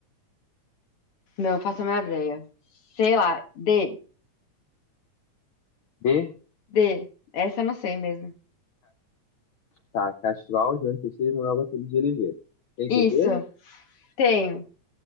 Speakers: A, on the left; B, on the left.
A: Não, eu faço a menor ideia. Sei lá. D.
B: D,
A: D. Essa eu não sei mesmo.
B: Tá, Castral, João Teixeira e Manuel Botelho de Oliveira. Tem
A: Isso.
B: certeza?
A: Tenho.